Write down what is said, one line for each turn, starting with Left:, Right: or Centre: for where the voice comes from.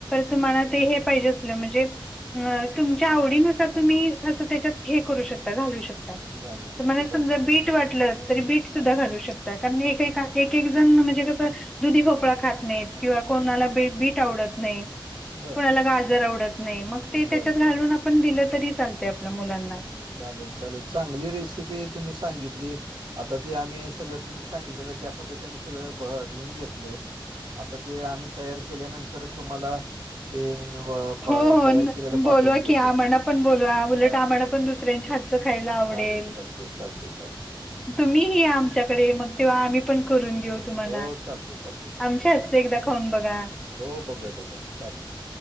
Centre: तुम्हाला ते हे पाहिजे असलं म्हणजे अ तुमच्या आवडीनुसार तुम्ही असं त्याच्यात हे करू शकता घालू शक ता.
Right: घालू शकतोय
Centre: तुम्हाला
Right: काय?
Centre: समजा बीट वाटलं तरी बीट सुद्धा
Right: हां.
Centre: घालू शक ता. कारण एकएका एक एक जण म्हणजे कसं दुधी भोपळा खात नायत. किंवा कोणाला बी -बीट आवडत नाय
Right: बरं.
Centre: कोणाला गाजर आवडत नाय मग ते त्याच्यात
Right: बरं, बरं.
Centre: घालून आपण दिलं तरी चालतय आपल्या मुलांना.
Right: चालेल चालेल चांगली रेसिपी तुम्ही सांगितली. आता ते आम्ही सगळं तुम्ही सांगितलेलं त्या पद्धतीने सगळं भ-लिहून घेतलय. आता ते आम्ही तयार केल्यानंतर तुम्हाला ते व प
Centre: हो हो
Right: तयार
Centre: न
Right: केलेलं पाठवून
Centre: -बोलवा
Right: देतो.
Centre: की आम्हानां पण बोलवा उलट
Right: हा
Centre: आम्हानां पण दुसऱ्यांच्या हात च खायला आवडेल.
Right: चालेल चालतंय चालतंय चालतंय.
Centre: तुम्ही
Right: चालेल
Centre: ही या आमच्याकडे मग तेव्हा आम्ही पण करून देऊ तुम्हाला.
Right: हो चालतंय चाल
Centre: आमच्या हातचं एकदा खाऊन बघा.
Right: हो बघूया बघूया चालेल चालेल